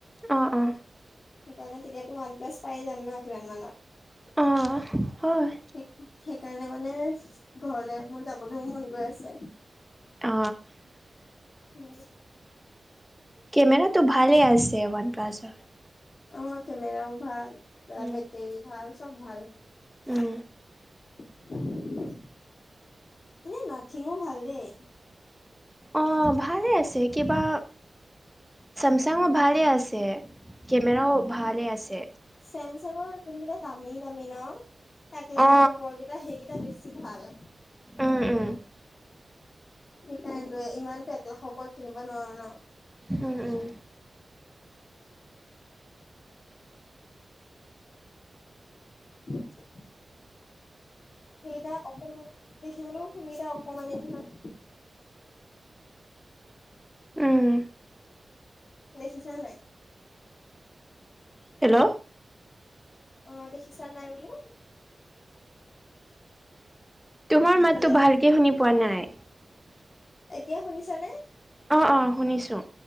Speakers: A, in the centre; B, on the left.
A: অ' অ'।
B: সেইকাৰণে তেতিয়াতো ওৱান প্লাছ পাই যাম ন কিমান মানত।
A: অ', হয়
B: সেইকাৰণে মানে ঘৰলে মোৰ যাবলৈও মন গৈ আছে।
A: আ।
B: উম।
A: কেমেৰাটো ভালে আছে ওৱান প্লাছৰ।
B: অ' কেমেৰাও ভাল
A: উম,
B: বেটেৰী ভাল চব ভাল। <unintelligible>
A: উম,
B: এনে নাথিমো ভাল দেই।
A: অ' ভালে আছে কিবা চেমচাংও ভালে আছে কেমেৰাও ভালে আছে।
B: চেমচাঙৰ যিবিলাক বিলাত দামী দামী ন। এক লাখৰ
A: অ
B: ওপৰকেইটা সেইকেইটা বেছি ভাল।
A: উম, উম।
B: তাকেটো ইমানতো একলাখৰ ওপৰত কিনিব নোৱাৰো ন।
A: উম, উম।
B: <unintelligible> সেইকেইটা অকনমান, দেখিবলৈও ফোনকেইটা অকমানেই নহয়।
A: উম।
B: দেখিছা নাই?
A: হেল্ল'।
B: অ' দেখিছা নাই বোলো?
A: তোমাৰ মাতটো
B: হেল্ল'
A: ভালকে শুনি পোৱা নাই।
B: এতিয়া শুনিছানে?
A: অ' অ' শুনিছোঁ।